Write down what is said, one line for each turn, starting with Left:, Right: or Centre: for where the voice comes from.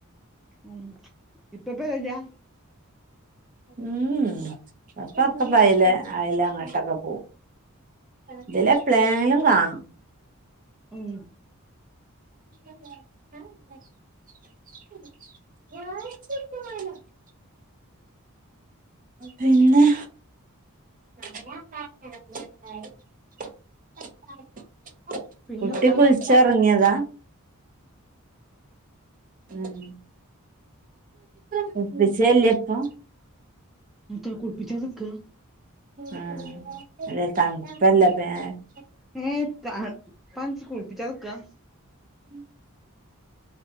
Centre: ഉം ഇപ്പപ്പ വരാ
Right: ഉം പപ്പക്കെ പയല അയല അങ്ങോട്ടക്ക പോവും ഇതിലെ എപ്ലെലും കാണും
Centre: ഉം
Right: <unintelligible> പിന്നെ <unintelligible>
Centre: പിന്നെത്താ
Right: കുട്ടി കുൾച്ച് ഒറങ്ങിയതാ ഉം കൂൾപ്പിച്ചേല്യേ ഇപ്പം
Centre: <unintelligible> കുളിപ്പിച്ച നിക്കാ
Right: ആ അതെ തണുപ്പല്ലേ <unintelligible>
Centre: ഏ <unintelligible> കുളിപ്പിച്ച നിക്ക്കാ
Right: ഉം